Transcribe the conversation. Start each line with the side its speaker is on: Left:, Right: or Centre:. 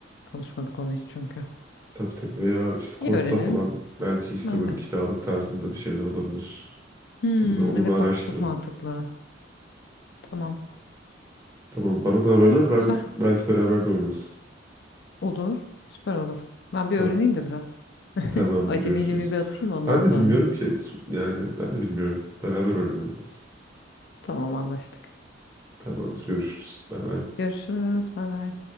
Left: Konuşmadık onu hiç çünkü.
Right: Tabii tabii veya işte Kort'ta
Left: İyi öğrenirim.
Right: falan belki işte
Left: Evet.
Right: böyle kiralık tarzında bir şeyler olabilir.
Left: Hmm,
Right: Bunu bir, onu
Left: evet
Right: bir araştırın.
Left: bak bu çok mantıklı. Tamam.
Right: Tamam bana da haber
Left: İyi
Right: ver ben
Left: güzel.
Right: belki beraber de oynarız.
Left: Olur. Süper olur. Ben
Right: Tamam,
Left: bir öğreneyim de biraz.
Right: tamamdır
Left: Acemiliğimi
Right: görüşürüz.
Left: bir atayım ondan
Right: Ben
Left: sonra.
Right: de bilmiyorum ki
Left: <laughs>
Right: yani ben de bilmiyorum. Beraber öğreniriz.
Left: Tamam anlaştık.
Right: Tamamdır görüşürüz. Bay bay.
Left: Görüşürüz. Bay bay.